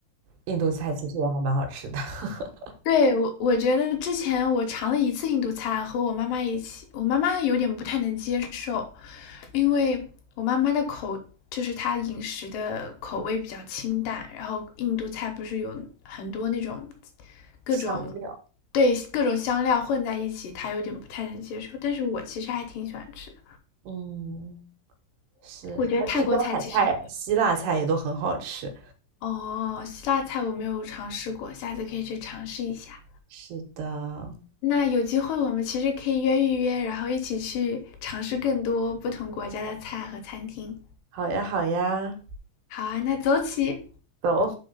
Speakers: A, on the right; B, on the left.
A: 印度菜其实也还蛮好吃的，<laughs>
B: 对，我我觉得之前我尝了一次印度菜，和我妈妈一起，我妈妈有点不太能接受，因为我妈妈的口就是她饮食的口味比较清淡，然后印度菜不是有很多那种各种
A: 香料，
B: 对各种香料混在一起，她有点不太能接受。但是我其实还挺喜欢吃的，
A: 嗯，是，
B: 我觉得泰国菜其实
A: 还有地中海菜、希腊菜也都很好吃。
B: 哦，希腊菜我没有尝试过，下次可以去尝试一下。
A: 是的，
B: 那有机会我们其实可以约一约，然后一起去尝试更多不同国家的菜和餐厅。
A: 好呀好呀，
B: 好啊，那走起！
A: 走。